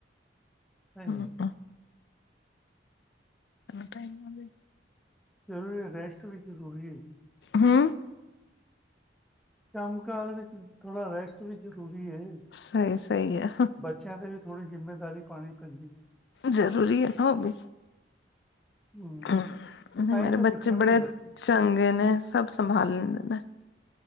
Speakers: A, in the centre; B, on the left.
A: ਸਹੀ
B: ਹਮ
A: ਐ
B: ਕਿਨਾ ਟਾਈਮ ਹੋ ਗਿਆ
A: ਜਰੂਰੀ ਹੈ, ਰੈਸਟ ਵੀ ਜਰੂਰੀ ਹੈਗੀ।
B: ਹੂੰ।
A: ਕੰਮ ਕਾਰ ਵਿਚ ਥੋੜਾਂ ਰੈਸਟ ਵੀ ਜਰੂਰੀ ਏ।
B: ਸਹੀ- ਸਹੀ ਐ।
A: ਬੱਚਿਆਂ ਤੇ ਵੀ ਥੋੜੀ ਜਿੰਮੇਦਾਰੀ ਪਾਣੀ ਪੈਦੀ ਐ।
B: ਜਰੂਰੀ ਹੈ ਨਾ ਉਹ ਵੀ।
A: ਹਮ
B: ਹੂੰ,
A: ਤਾਂ
B: ਮੇਰੇ
A: ਹੀ ਤਾਂ
B: ਬੱਚੇ
A: ਸਿੱਖਣਗੇ
B: ਬੜੇ
A: ਬੱਚੇ
B: ਚੰਗੇ ਨੇ ਸਭ ਸੰਭਾਲ ਲੈਦੇ ਨੇ।